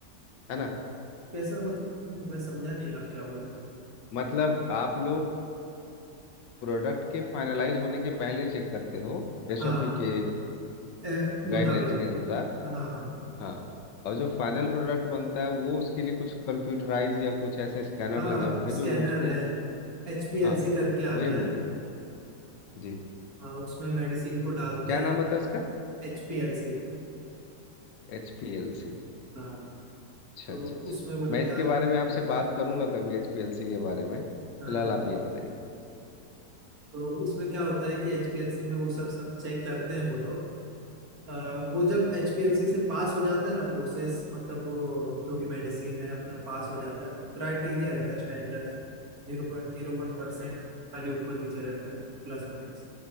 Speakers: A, on the left; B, on the right.
A: है ना
B: कैसा मतलब मैं समझा नहीं आप क्या बोल रहे हैं
A: मतलब आप लोग प्रोडक्ट के फाइनलाइज होने के पहले चेक करते हो एसओपी
B: हाँ हाँ
A: के
B: ए, मुताबिक
A: गाइडलाइंस के अनुसार
B: हाँ हाँ
A: हाँ और जो फाइनल प्रोडक्ट बनता है वो उसके लिए कुछ कंप्यूटराइज या कुछ ऐसे स्कैनर
B: हाँ
A: लगे होंगे
B: स्कैनर
A: जो वो उसको
B: है एच पी
A: हाँ
B: एल सी करके आता
A: वही मैं
B: है
A: बोल रहा था जी
B: हाँ उसमें मेडिसिन को डालते
A: क्या नाम
B: हैं
A: बताया उसका
B: एच पी एल से
A: H P L C
B: हाँ
A: अच्छा
B: तो
A: अच्छा अच्छा
B: उसमें वो लोग
A: मैं इसके
B: डाल
A: बारे में आपसे बात करूंगा कभी एचपीएलसी के बारे में फिलहाल
B: हाँ हाँ
A: आप ये बताइए
B: तो उसमें क्या होता है कि एचपीएलसी में वो सब सब चेक करते हैं वो लोग अ, वो जब एचपीएलसी से पास हो जाता है ना प्रोसेस मतलब वो जो भी मेडिसिन है अपना पास हो जाता है क्राइटेरिया रहता है स्टैंडर्ड जीरो पॉइंट जीरो वन परसेंट खाली ऊपर नीचे रहता है प्लस माइनस